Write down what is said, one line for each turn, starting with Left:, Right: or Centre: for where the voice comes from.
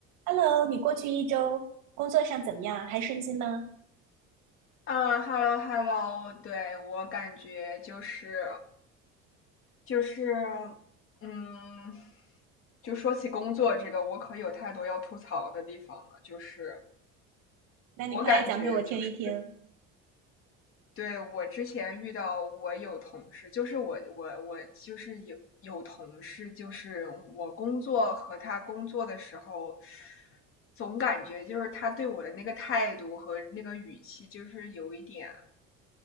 Right: Hello，你过去一周工作上怎么样？还顺心吗？
Left: 啊，hello hello，对，我感觉就是，就是，嗯，就说起工作这个，我可有太多要吐槽的地方了。就是
Right: 那你快来讲给我听一听。
Left: 我感觉就是，对，我之前遇到我有同事，就是我我我就是有有同事，就是我工作和他工作的时候，总感觉就是他对我的那个态度和那个语气，就是有一点。